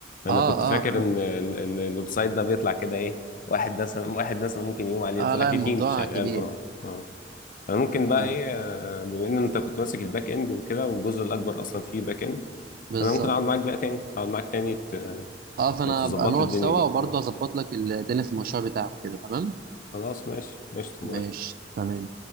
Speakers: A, on the left; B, on the right.
A: أنا
B: اه
A: كنت
B: اه
A: فاكر
B: اه,
A: إن ال- ال- الويب سايت ده بيطلع كده إيه واحد مثلا واحد مثلا ممكن يقوم عليه
B: آه
A: طلع
B: لا
A: فيه
B: الموضوع
A: تيم شغال
B: كبير
A: وراه
B: يعني
A: أه فممكن بقى
B: ف-
A: إيه آه، بما إن أنت كنت ماسك الباك إند وكده والجزء الأكبر أصلا فيه باك إند
B: بالظبط
A: فأنا ممكن أقعد معاك بقى تاني أقعد معاك تاني ت-
B: اه فانا
A: تظبط
B: ابقى نقعد
A: لي الدنيا
B: سوا
A: دي
B: وبرضه
A: أه
B: هظبط لك الدنيا في المشروع بتاعك كده تمام
A: خلاص ماشي قشطة
B: ماشي
A: موافق
B: تمام